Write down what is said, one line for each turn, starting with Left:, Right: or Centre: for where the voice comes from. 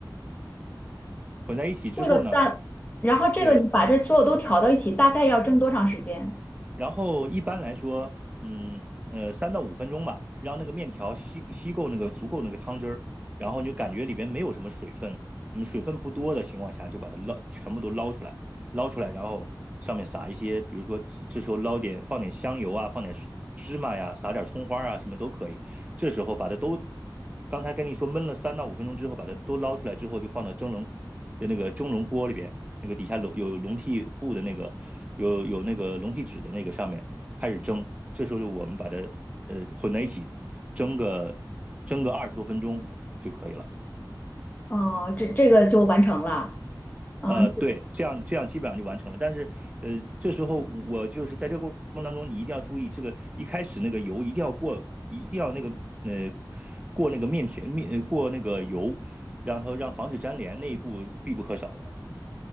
Right: 混在一起之后呢。
Left: 这个大，然后这个你把这所有都调到一起，
Right: 对，
Left: 大概要蒸多长时间？
Right: 然后一般来说，嗯呃，三到五分钟吧，让那个面条吸吸够那个足够那个汤汁儿，然后你就感觉里边没有什么水分，嗯，水分不多的情况下，就把它捞全部都捞出来，捞出来，然后上面撒一些，比如说这这时候捞点放点香油啊，放点芝麻呀，撒点葱花啊，什么都可以。这时候把它都，刚才跟你说焖了三到五分钟之后，把它都捞出来之后，就放到蒸笼的那个蒸笼锅里边。那个底下笼有笼屉布的那个有有那个笼屉纸的那个上面开始蒸，这时候就我们把它呃混在一起蒸个蒸个二十多分钟就可以了。
Left: 哦、这这个就完成了。啊、
Right: 呃，对，这样这样基本上就完成了。但是，呃，这时候我就是在这个过程当中，你一定要注意，这个一开始那个油一定要过，一定要那个呃过那个面条面呃过那个油，然后让防止粘连，那一步必不可少的。